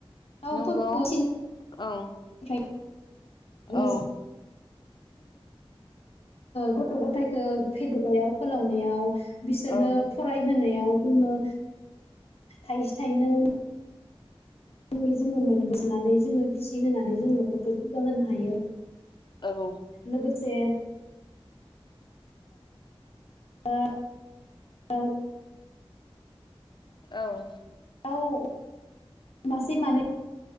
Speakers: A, on the left; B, on the left.
A: दाउफोरखौ
B: नंगौ औ।
A: फिसिनायनिफ्रायबो
B: औ।
A: जोङो गथ' गथायखौ फेदेरनायाव फोलावनायाव। बिसोरनो
B: औ
A: फरायहोनायाव जोङो थाइसे थाइनै <unintelligible> जोङो मोनगोन नानै जोङो फिसि होनानै जों न'खरखौ जौगाहोनो हायो
B: औ
A: लोगोसे ओ औ
B: औ
A: <unintelligible> मासे मानै